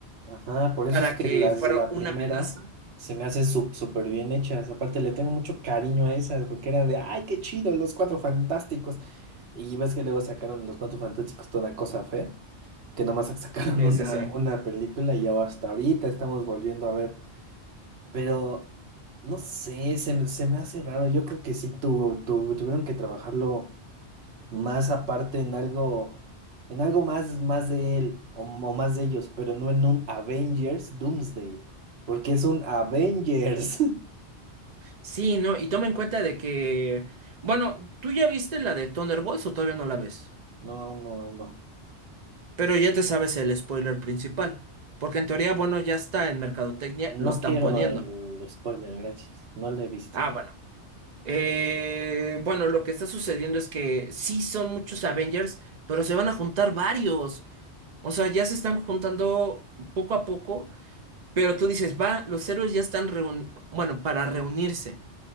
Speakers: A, on the right (about 70°); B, on the right (about 45°).
A: Ajá, por eso
B: para
A: es que
B: que
A: las
B: fuera
A: de la
B: una
A: primera
B: amenaza.
A: se me hacen sup- súper bien hechas. Aparte, le tengo mucho cariño a esas, porque era de, ay, qué chido, los cuatro fantásticos. Y ves que luego sacaron los cuatro fantásticos toda cosa fea, que nomás <laughs> sacaron
B: Sí,
A: una,
B: sí, sí.
A: una película y ya hasta ahorita estamos volviendo a ver. Pero, no sé, se, me- se me hace raro. Yo creo que sí tuvo, tu- tuvieron que trabajarlo más aparte en algo, en algo más, más de él o, o más de ellos, pero no en un Avengers Doomsday, porque es un Avengers. <laughs>
B: Sí, no, y toma en cuenta de que, bueno, ¿tú ya viste la de Thunderbolts o todavía no la ves?
A: No, aún no, aún no.
B: Pero ya te sabes el spoiler principal, porque en teoría, bueno, ya está en Mercadotecnia,
A: No
B: lo están
A: quiero
B: poniendo.
A: el spoiler, gracias. No lo he visto.
B: Ah, bueno. Eh, bueno, lo que está sucediendo es que sí son muchos Avengers, pero se van a juntar varios. O sea, ya se están juntando poco a poco, pero tú dices, va, los héroes ya están reun- bueno, para reunirse.